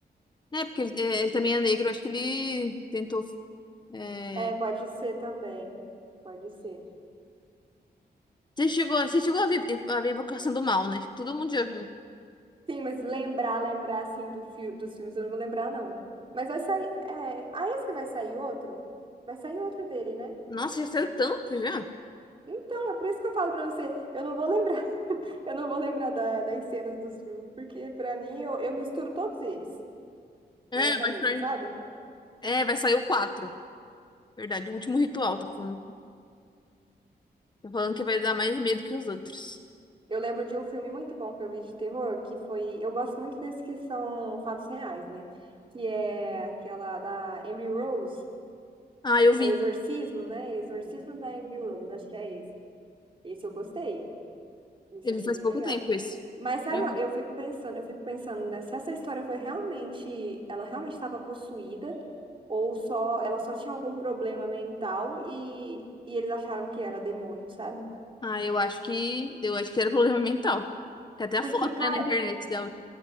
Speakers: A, on the left; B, on the right.
A: É, porque ele, é, ele também é negro, acho que ele tentou. é,
B: É, pode ser também. Pode ser.
A: Você chegou, você chegou a ver, a ver a Invocação do Mal, né? Todo mundo já viu.
B: Sim, mas lembrar, lembrar assim do fi dos filmes, eu não vou lembrar, não. Mas vai sair. É... Ah, esse que vai sair outro? Vai sair outro dele, né?
A: Nossa, já saiu tanto já.
B: Então, é por isso que eu falo pra você, eu não vou lembrar, <laughs> eu não vou lembrar da- das cenas dos filmes, porque pra mim eu, eu misturo todos eles
A: É,
B: na minha cabeça,
A: vai sair.
B: sabe?
A: É, vai sair o 4. Verdade, o último ritual, tá falando. Tá falando que vai dar mais medo que os outros.
B: Eu lembro de um filme muito bom que eu vi de terror, que foi, eu gosto muito desses que são fatos reais, né? Que é aquela da Emily Rose,
A: Ah, eu vi.
B: é o Exorcismo, né? Exorcismo da Emily Rose, acho que é esse. Esse eu gostei, esse
A: Eu
B: eu achei
A: vi faz
B: bem
A: pouco
B: legal.
A: tempo isso.
B: Mas sabe,
A: Eu vi.
B: eu fico pensando, eu fico pensando, né, se essa história foi realmente, ela realmente estava possuída ou só ela só tinha algum problema mental e, e eles acharam que era demônio, sabe?
A: Ah, eu acho que. Eu acho que era problema mental. Tem até a
B: Porque,
A: foto,
B: cara,
A: né, na internet dela.